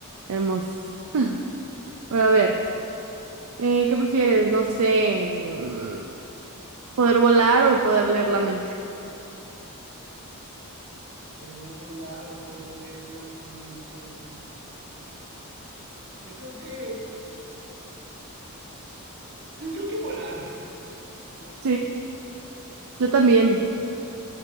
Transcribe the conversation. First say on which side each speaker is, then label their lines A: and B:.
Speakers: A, on the right; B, on the right.
A: hermosos. Pero a ver, eh, ¿qué prefieres? No sé, mm, poder volar o poder leer la mente.
B: Poder volar o poder leer la mente. Yo creo que, yo creo que volar, ¿no?
A: Sí, yo también.